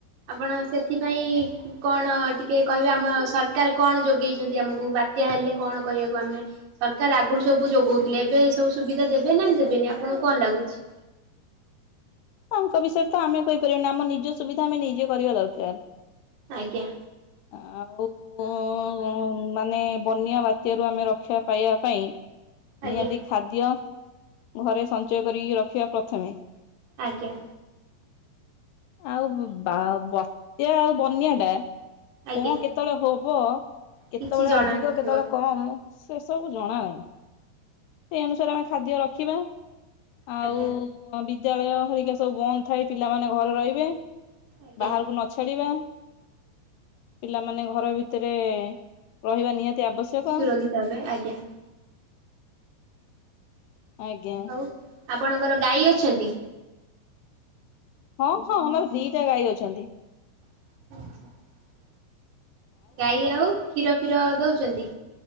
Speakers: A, on the right (about 85°); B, on the left (about 80°).
A: ଆପଣ ସେଥିପାଇଁ କଣ ଟିକିଏ କହିବାେ ଆମ ସରକାର କଣ ଯୋଗେଇଛନ୍ତି ଆମକୁ ବାତ୍ୟା ହେଲେ କଣ କରିବାକୁ ଆମେ ସରକାର ଆଗରୁ ସବୁ ଯୋଗାଉଥିଲେ ଏବେ ଏ ସବୁ ସୁବିଧା ଦେବେ ନା ଦେବେନି ଆପଣଙ୍କୁ କଣ ଲାଗୁଛି?
B: ତାଙ୍କ ବିଷୟରେ ତ ଆମେ କହିପାରିବନି ଆମ ନିଜ ସୁବିଧା ଆମେ ନିଜେ କରିବା ଦରକାର।
A: ଆଜ୍ଞା।
B: ଆଉ ମାନେ ବନ୍ୟା ବା ବାତ୍ୟାରୁ ଆମେ ରକ୍ଷା ପାଇବା ପାଇଁ
A: ଆଜ୍ଞା
B: ନିହାତି ଖାଦ୍ୟ ଘରେ ସଞ୍ଚୟ କରିକି ରଖିବା ପ୍ରଥମେ
A: ଆଜ୍ଞା।
B: ଆଉ ବା ବତ୍ୟା ଆଉ ବନ୍ୟା ଟା
A: ଆଜ୍ଞା
B: କଣ କେତେ କେତେବେଳେ ହବ କେତେବେଳେ
A: କିଛି ଜଣା
B: ଅଧିକ
A: ନଥିବ
B: କେତେବେଳେ କମ୍। ସେ ସବୁ ଜଣା ନାହିଁ ସେଇ ଅନୁସାରେ ଆମେ ଖାଦ୍ୟ ରଖିବା ଆଉ
A: ଆଜ୍ଞା
B: ବିଦ୍ୟାଳୟ ହେରିକା ସବୁ ବନ୍ଦ ଥାଏ ପିଲାମାନେ ଘରେ ରହିବେ
A: ଆଜ୍ଞା।
B: ବାହାରକୁ ନ ଛାଡିବା ପିଲାମାନେ ଘର ଭିତରେ ରହିବା ନିହାତି ଆବଶ୍ୟକ
A: ସୁରକ୍ଷିତ ହେବେ ଆଜ୍ଞା
B: ଆଜ୍ଞା।
A: ଆଉ ଆପଣଙ୍କର ଗାଈ ଅଛନ୍ତି?
B: ହଁ ହଁ ଆମର ଦିଟା ଗାଈ ଅଛନ୍ତି।
A: <inaudible> ଗାଈ ଆଉ କ୍ଷୀର ଫିର ଦଉଛନ୍ତି?